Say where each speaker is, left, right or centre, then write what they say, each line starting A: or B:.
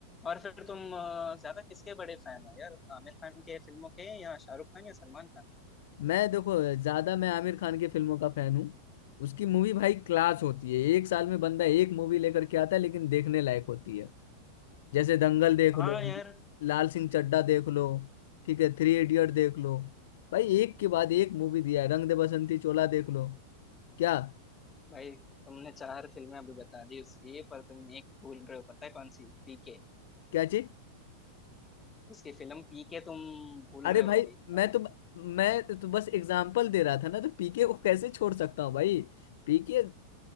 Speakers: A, on the left; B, on the left.
A: और फिर तुम अ, ज्यादा किसके बड़े फैन हो यार आमिर खान के फिल्मों के या शाहरुख खान या सलमान खान
B: मैं देखो ज्यादा मैं आमिर खान की फिल्मों का फैन हूँ उसकी मूवी भाई क्लास होती है एक साल में बंदा एक मूवी लेकर के आता है लेकिन देखने लायक होती है जैसे दंगल देख
A: हाँ
B: लो
A: यार
B: लाल सिंह चड्ढा देख लो ठीक है थ्री इडियट देख लो भाई एक के बाद एक मूवी दिया है रंग दे बसंती चोला देख लो क्या
A: भाई तुमने चार फिल्में अभी बता दी उसकी पर तुम एक भूल रहे हो पता है कौन सी पीके
B: क्या चीज
A: उसकी फिल्म पीके तुम भूल
B: अरे
A: रहे
B: भाई
A: हो अभी
B: मैं
A: अभी
B: तो मैं तो बस एग्जाम्पल दे रहा था ना तो पीके को कैसे छोड़ सकता हूँ भाई पीके